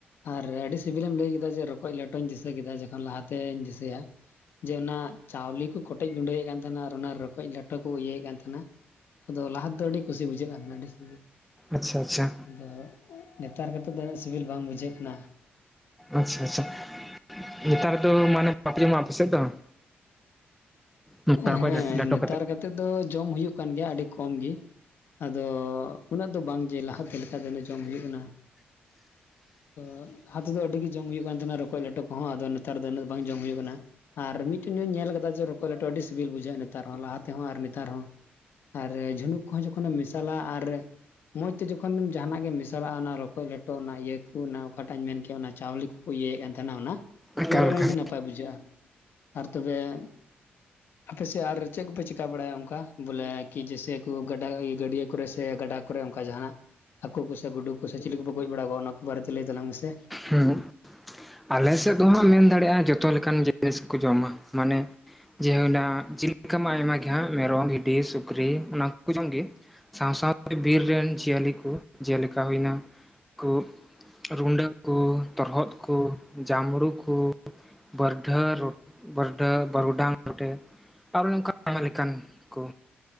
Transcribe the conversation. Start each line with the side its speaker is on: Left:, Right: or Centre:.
Left: ᱟᱨ ᱟᱹᱰᱤ ᱥᱤᱵᱤᱞ ᱮᱢ ᱞᱟᱹᱭ ᱠᱮᱫᱟ ᱡᱮ ᱨᱚᱠᱚᱡ ᱞᱮᱴ ᱴᱚᱧ ᱫᱤᱥᱟᱹ ᱠᱮᱫᱟ ᱡᱚᱠᱷᱚᱱ ᱞᱟᱦᱟᱛᱮᱧ ᱫᱤᱥᱟᱹᱭᱟ ᱡᱮ, ᱚᱱᱟ ᱪᱟᱣᱞᱮ ᱠᱚ ᱠᱚᱴᱮᱡ ᱜᱩᱰᱟᱹᱭᱮᱫ ᱠᱟᱱ ᱛᱟᱦᱮᱸᱱᱟ ᱟᱨ ᱚᱱᱟ ᱨᱚᱠᱚᱡ ᱞᱮ ᱴᱚ ᱠᱚ ᱤᱭᱟᱹᱭᱮᱫ ᱠᱟᱱ ᱛᱟᱦᱮᱸᱱᱟ, ᱟᱫᱚ ᱞᱟᱦᱟ ᱛᱮᱫᱚ ᱟᱹᱰᱤ ᱠᱩᱥᱤ ᱵᱩᱡᱷᱟᱹᱜ ᱠᱟᱱ ᱛᱟᱸᱦᱮᱱᱟ ᱟᱹᱰᱤ ᱥᱤᱵᱤᱞ᱾
Centre: ᱟᱪᱪᱷᱟ ᱟᱪᱪᱷᱟ᱾
Left: ᱟᱫᱚ ᱱᱮᱛᱟᱨ ᱠᱟᱛᱮᱫ ᱫᱚ ᱩᱱᱟᱹᱜ ᱥᱤᱵᱤᱞ ᱵᱟᱝ ᱵᱩᱡᱷᱟᱹᱜ ᱠᱟᱱᱟ᱾
Centre: ᱟᱪᱪᱷᱟ ᱟᱪᱪᱷᱟ, ᱱᱮᱛᱟᱨ ᱫᱚ ᱵᱟᱯᱮ ᱡᱚᱢᱟ ᱟᱯᱮ ᱥᱮᱡ ᱫᱚ? ᱱᱚᱝᱠᱟ
Left: ᱦᱮᱸ,
Centre: ᱨᱚᱠᱚᱡ ᱞᱮᱴᱚ
Left: ᱱᱮᱛᱟᱨ ᱠᱟᱛᱮᱫ ᱫᱚ ᱡᱚᱢ ᱦᱩᱭᱩᱜ ᱠᱟᱱ ᱜᱮᱭᱟ ᱟᱹᱰᱤ ᱠᱚᱢ ᱜᱮ, ᱟᱫᱚ ᱩᱱᱟᱹᱜ ᱫᱚ ᱵᱟᱝ ᱡᱮ ᱞᱟᱦᱟᱛᱮ ᱞᱮ ᱡᱟ ᱡᱮᱱᱚ ᱡᱚᱢ ᱦᱩᱭᱩᱜ ᱠᱟᱱᱟ᱾ ᱛᱚ, ᱞᱟᱦᱟᱛᱮ ᱫᱚ ᱟᱹᱰᱤ ᱜᱮ ᱡᱚᱢ ᱦᱩᱭᱩᱜ ᱠᱟᱱ ᱛᱟᱸᱦᱮᱱᱟ ᱨᱚᱠᱚᱡ ᱞᱮᱴᱚ ᱠᱚᱦᱚᱸ, ᱟᱫᱚ ᱱᱮᱛᱟᱨ ᱫᱚ ᱤᱱᱟᱹᱜ ᱵᱟᱝ ᱡᱚᱢ ᱦᱩᱭᱩᱜ ᱠᱟᱱᱟ ᱟᱨ ᱢᱤᱫᱴᱮᱱ ᱤᱧ ᱧᱮᱞ ᱟᱠᱟᱫᱟ ᱡᱮ ᱨᱚᱠᱚᱡ ᱞᱮ ᱟᱹᱰᱤ ᱥᱤᱵᱤᱞ ᱵᱩᱡᱷᱟᱹᱜ-ᱟ ᱱᱮᱛᱟᱨ ᱦᱚᱸ ᱞᱟᱦᱟ ᱛᱮᱦᱚᱸ ᱟᱨ ᱱᱮᱛᱟᱨ ᱦᱚᱸ᱾ ᱟᱨ ᱡᱷᱤᱱᱩᱠ ᱠᱚᱦᱚᱸ ᱡᱚᱠᱷᱚᱱᱮᱢ ᱢᱮᱥᱟᱞᱟ ᱟᱨ ᱢᱚᱸᱡᱽ ᱛᱮ ᱡᱚᱠᱷᱚᱱᱮᱢ᱾ ᱡᱟᱦᱟᱱᱟᱜ ᱜᱮ ᱢᱮᱥᱟᱞᱟᱜ-ᱟ, ᱚᱱᱟ ᱨᱚᱠᱚᱡ ᱞᱮᱴᱚ ᱚᱱᱟ ᱤᱭᱟᱹ ᱠᱩ ᱚᱱᱟ ᱚᱠᱟᱴᱟᱜ ᱤᱧ ᱢᱮᱱ ᱠᱮᱫ ᱚᱱᱟ ᱪᱟᱣᱞᱮ ᱠᱩ ᱠᱚ ᱤᱭᱟᱹ ᱠᱟᱱ ᱛᱟᱦᱮᱸᱱᱟ ᱚᱱᱟ
Centre: ᱮᱠᱟᱞ
Left: ᱚᱱᱟ ᱫᱚᱸ ᱟᱨᱦᱚᱸ
Centre: ᱮᱠᱟᱞ
Left: ᱟᱹᱰᱤ ᱱᱟᱯᱟᱭ ᱵᱩᱡᱷᱟᱹᱜ-ᱟ ᱟᱨ ᱛᱚᱵᱮ᱾ ᱟᱯᱮ ᱥᱮᱫ ᱟᱨ ᱪᱮᱫ ᱠᱚᱯᱮ ᱪᱤᱠᱟᱹ ᱵᱟᱲᱟᱭᱟ ᱚᱱᱠᱟ ᱵᱚᱞᱮ ᱠᱤ ᱡᱮ ᱥᱮ ᱠᱤ ᱜᱟᱰᱟ ᱜᱟᱹᱰᱭᱟᱹ ᱠᱚᱨᱮ ᱥᱮ ᱜᱟᱰᱟ ᱠᱚ ᱨᱮ ᱚᱱᱠᱟ ᱡᱟᱦᱟᱱᱟᱜ ᱦᱟᱠᱩ ᱠᱚ ᱥᱮ ᱜᱩᱰᱩ ᱠᱚ᱾ ᱥᱮ ᱪᱤᱞᱤ ᱠᱚ ᱯᱮ ᱜᱚᱡ ᱵᱟᱲᱟ ᱠᱚᱣᱟ ᱚᱱᱟ ᱠᱚ ᱵᱟᱨᱮ ᱛᱮ ᱞᱟᱹᱭ ᱛᱟᱞᱟᱝ ᱢᱮᱥᱮ᱾
Centre: ᱦᱩᱸ, ᱟᱞᱮ ᱥᱮᱫ ᱫᱚ ᱦᱟᱸᱜ ᱢᱮᱱ ᱫᱟᱲᱮᱭᱟᱜ-ᱟ ᱡᱚᱛᱚ ᱞᱮᱠᱟᱱ ᱡᱤᱱᱤᱥ ᱠᱚ ᱡᱚᱢᱟ ᱢᱟᱱᱮ ᱡᱮ ᱦᱩᱭ ᱱᱟ <unintelligible> ᱟᱭᱢᱟ ᱜᱮ ᱦᱟᱸᱜ ᱢᱮᱨᱚᱢ ᱵᱷᱤᱰᱤ ᱥᱩᱠᱨᱤ ᱚᱱᱟ ᱠᱚ ᱠᱚ ᱡᱚᱢ ᱜᱤ ᱥᱟᱶ ᱥᱟᱶ ᱛᱮ ᱵᱤᱨ ᱨᱮᱱ ᱡᱤᱭᱟᱹᱞᱤ ᱠᱩ ᱡᱮᱞᱮᱠᱟ ᱦᱩᱭ ᱮᱱᱟ ᱠᱚ <unintelligible> ᱩᱱᱠᱩ ᱛᱚᱨᱦᱚᱫ ᱠᱩ ᱡᱟᱢᱲᱩ ᱠᱩ ᱵᱟᱹᱮᱢᱷᱟᱹ <unintelligible> ᱵᱟᱹᱨᱩᱰᱟᱝ ᱨᱚᱴᱮ, ᱟᱨᱚ ᱱᱚᱱᱠᱟᱱ ᱟᱭᱢᱟ ᱞᱮᱠᱟᱱ ᱠᱩ